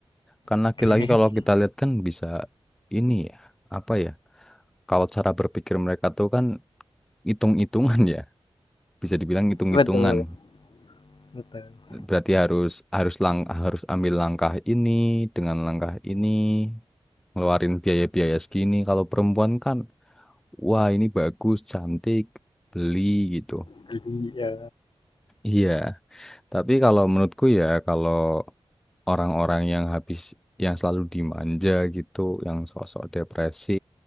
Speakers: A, in the centre; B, on the left.
A: Kan
B: Oke,
A: laki-laki kalau
B: <laughs>
A: kita lihat kan bisa ini ya, apa ya? Kalau cara berpikir mereka tuh kan hitung-hitungan ya, bisa dibilang hitung-hitungan.
B: Okay. betul betul.
A: Berarti harus harus lang harus ambil langkah ini dengan langkah ini, ngeluarin biaya-biaya segini. Kalau perempuan kan, wah ini bagus, cantik, beli gitu.
B: Jadi ya,
A: Iya, tapi kalau menurutku ya kalau orang-orang yang habis yang selalu dimanja gitu, yang sosok depresi,